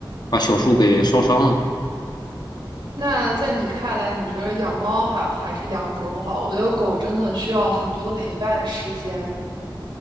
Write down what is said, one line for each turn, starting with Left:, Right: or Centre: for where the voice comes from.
Left: 把小树给烧伤了。
Right: 那在你看来，你觉得养猫好还是养狗好？我觉得狗真的需要很多的陪伴时间。